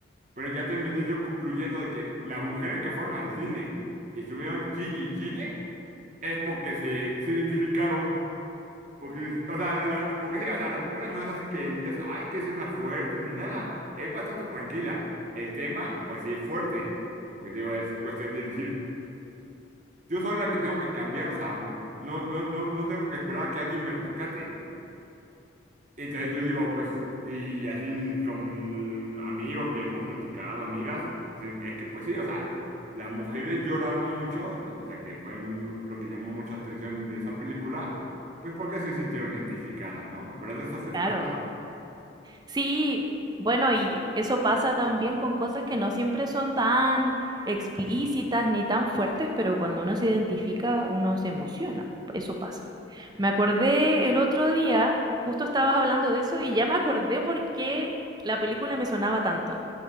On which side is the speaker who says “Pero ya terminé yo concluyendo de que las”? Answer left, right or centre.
Right